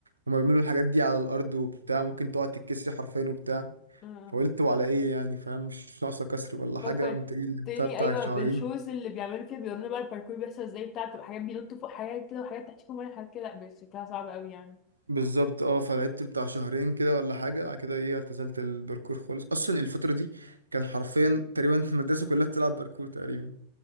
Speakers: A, on the right (about 80°); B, on the left (about 35°).
A: هما بيعملوا الحاجات دي على الارض وبتاع ممكن تقعد تتكسري حرفيا وبتاع
B: آه.
A: فقلت وعلى ايه يعني فاهم مش ناقصه كسر ولا حاجه
B: فكرتني
A: قمت جاي لعبتها بتاع
B: ايوه
A: شهرين
B: بالشوز اللي بيعملوا كده بيورينا بقى الباركور بيحصل ازاي بتاع بتبقى حاجات بينطوا فوق حاجات كده وحاجات تحت فوق حاجات كده لا شكلها صعب قوي يعني
A: بالظبط اه فلعبت بتاع شهرين كده ولا حاجه بعد كده ايه اعتزلت الباركور خالص اصلا الفتره دي كان حرفيا تقريبا <laughs> المدرسه كلها بتلعب باركور تقريبا